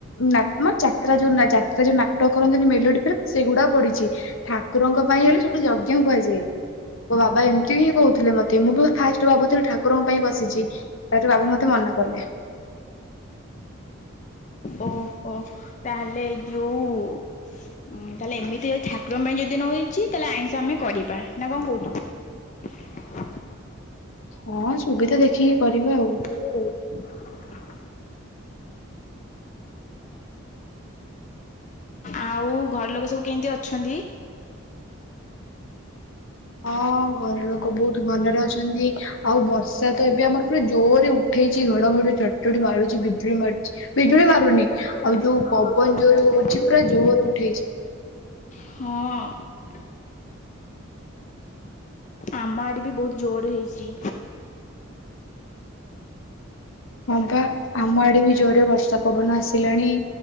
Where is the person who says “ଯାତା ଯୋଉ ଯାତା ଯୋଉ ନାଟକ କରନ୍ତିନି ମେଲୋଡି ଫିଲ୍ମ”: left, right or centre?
Left